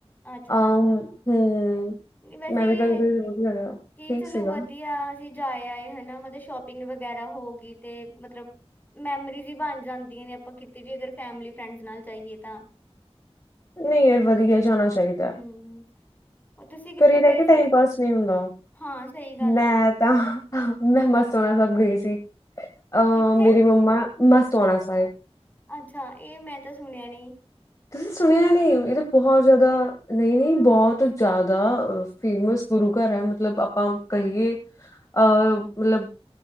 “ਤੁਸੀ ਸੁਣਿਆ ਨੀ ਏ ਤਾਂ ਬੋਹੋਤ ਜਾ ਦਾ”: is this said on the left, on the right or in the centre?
Left